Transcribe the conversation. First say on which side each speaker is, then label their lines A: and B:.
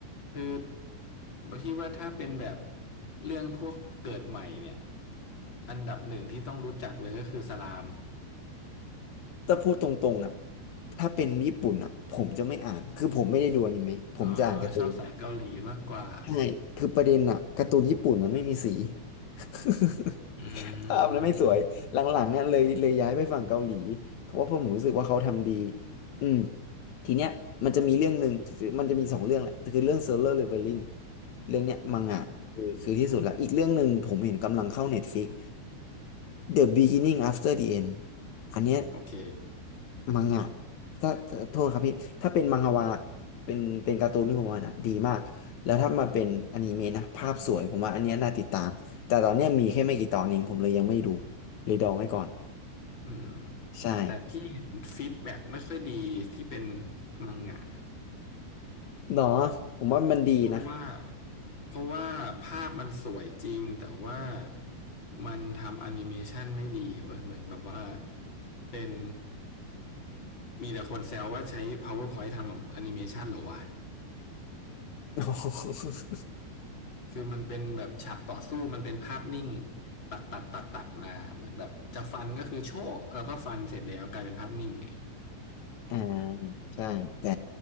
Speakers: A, on the left (about 25°); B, on the left (about 80°).
A: คือพี่ว่าถ้าเป็นแบบเรื่องพวกเกิดใหม่เนี่ยอันดับหนึ่งที่ต้องรู้จักเลยก็คือสลาม
B: แตพูดตรงๆอะถ้าเป็นญี่ปุ่นอะผมจะไม่อ่านคือผมไม่ได้ดูอนิเมะผมจะอ่านการ์ตูน
A: อ่าชอบสายเกาหลีมากกว่า
B: ใช่คือประเด็นอะการ์ตูนญี่ปุ่นมันไม่มีสี <laughs>
A: อืมอืมอืม
B: ภาพนั้นไม่สวยหลังๆเนี่ยเลยเลยย้ายไปฝั่งเกาหลีเพราะว่าผมรู้สึกว่าเขาทำดีอืมทีเนี้ยมันจะมีเรื่องหนึ่งมันจะมีสองเรื่องแหละคือเรื่อง Solo Leveling เรื่องเนี้ยมังงะคือคือที่สุดละอีกเรื่องหนึ่งผมเห็นกำลังเข้า
A: ครับ
B: Netflix The Beginning After the End อันเนี้ย
A: โอเค
B: มังงะถ้าถ้าโทษครับพี่ ถ้าเป็นมังฮวาเป็นเป็นการ์ตูนที่ผมว่านะดีมาก แล้วถ้ามาเป็นอนิเมะนะภาพสวย ผมว่าอันเนี้ยน่าติดตาม แต่ตอนเนี้ยมีแค่ไม่กี่ตอนเองผมเลยยังไม่ดูเลยดองไว้ก่อน
A: อืม
B: ใช่
A: แต่พี่เห็นฟีดแบ็กไม่ค่อยดีที่เป็นมังงะ
B: เนาะผมว่ามันดีนะ
A: เพราะว่าเพราะว่าภาพมันสวยจริงแต่ว่ามันทำแอนิเมชันไม่ดีเว้ยเหมือนแบบว่าเป็นมีแต่คนแซวว่าใช้ PowerPoint ทำแอนิเมชันเหรอวะ
B: <laughs>
A: คือมันเป็นแบบฉากต่อสู้มันเป็นภาพนิ่งตัดตัดตัดตัดมาเหมือนแบบจะฟันก็คือโชะแล้วก็ฟันเสร็จแล้วกลายเป็นภาพนิ่งไงย
B: อ่าใช่ แต่